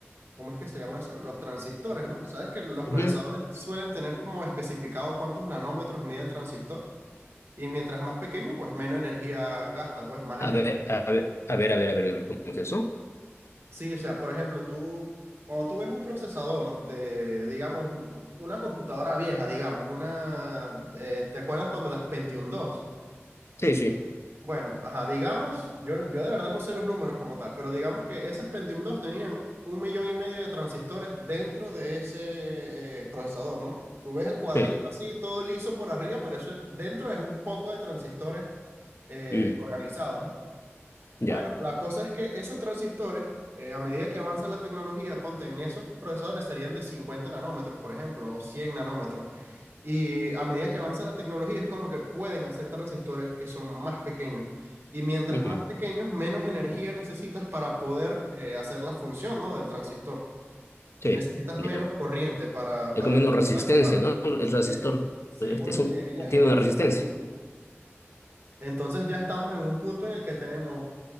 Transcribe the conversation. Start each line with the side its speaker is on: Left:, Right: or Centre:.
Right: ¿cómo es que se llama eso? Los transistores, ¿no? Sabes que los procesadores
Left: Ujú.
Right: suelen tener como especificado cuántos nanómetros mide el transistor y mientras más pequeño, pues menos energía gasta, pues más
Left: A
Right: eficiente.
Left: ver, a ver, a ver, a ver, a ver, a ver, ¿cómo es eso?
Right: Sí, o sea, por ejemplo, tú, cuando tú ves un procesador de, digamos, una computadora vieja, digamos, una, eh, ¿te acuerdas cuando las Pentium dos
Left: Sí, sí,
Right: Bueno, ajá, digamos, yo, yo de verdad no sé los números como tal, pero digamos que esas Pentium dos tenían un millón y medio de transistores dentro de ese eh, procesador, ¿no? Tú ves el cuadrito
Left: sí,
Right: así, todo liso por arriba, pero eso dentro es un poco de transistores eh,
Left: mm,
Right: organizados, ¿no? Bueno,
Left: ya,
Right: la cosa es que esos transistores, eh, a medida que avanza la tecnología, ponte en esos procesadores serían de 50 nanómetros, por ejemplo, o 100 nanómetros. Y a medida que avanza la tecnología, es como que pueden hacer transistores que son más pequeños. Y mientras
Left: ujú,
Right: más pequeños, menos energía necesitas para poder eh, hacer la función, ¿no? del transistor.
Left: sí,
Right: Necesitas
Left: ya.
Right: menos corriente para,
Left: Es
Right: para
Left: como una
Right: que
Left: resistencia,
Right: pueda activar.
Left: ¿no? El resistor
Right: Eh, sí,
Left: eh,
Right: pues
Left: es un,
Right: ye- ella,
Left: tiene
Right: ella
Left: una resistencia.
Right: consume, ¿cierto? Entonces ya estamos en un punto en el que tenemos